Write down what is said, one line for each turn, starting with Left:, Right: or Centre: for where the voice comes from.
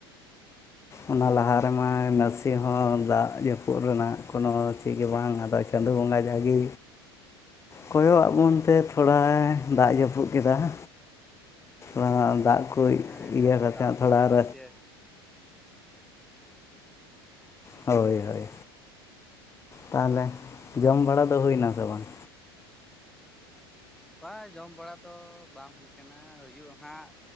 Left: ᱚᱱᱟ ᱞᱟᱦᱟ
Centre: ᱚ
Left: ᱨᱮᱢᱟ ᱱᱟᱥᱤ‌ ᱦᱚᱸ ᱫᱟᱜ ᱡᱟᱹᱯᱩᱫ ᱨᱮᱱᱟᱜ ᱠᱳᱱᱳ ᱪᱮᱜ ᱜᱮ ᱵᱟᱝ ᱟᱫ ᱪᱟᱸᱫᱳ ᱵᱚᱸᱜᱟ ᱡᱟᱜᱤ ᱠᱚᱭᱚᱜ ᱟᱸᱜ ᱵᱚᱱᱛᱮ ᱛᱷᱚᱲᱟᱭ ᱫᱟᱜ ᱡᱟᱹᱯᱩᱫ ᱠᱮᱫᱟ ᱾ ᱚᱱᱟ ᱫᱟᱜ ᱠᱚ
Centre: ᱦᱮᱸ ᱦᱮᱸ
Left: ᱤᱭᱟᱹ ᱠᱟᱛᱮ
Centre: ᱛᱟᱣ
Left: ᱛᱷᱚᱲᱟ
Centre: ᱠᱟᱱ
Left: ᱟᱨ
Centre: ᱜᱮᱭᱟ ᱡᱮ ᱦᱩᱸ
Left: ᱦᱳᱭ ᱦᱳᱭ, ᱛᱟᱦᱚᱞᱮ ᱡᱚᱢ ᱵᱟᱲᱟ ᱫᱚ ᱦᱩᱭᱱᱟ ᱥᱮ ᱵᱟᱝ?
Centre: ᱵᱟᱝ ᱡᱚᱢ ᱵᱟᱲᱟ ᱛᱚ ᱵᱟᱝ ᱦᱩᱭ ᱠᱟᱱᱟ ᱦᱩᱭᱩᱜᱼᱟ ᱦᱟᱸᱜ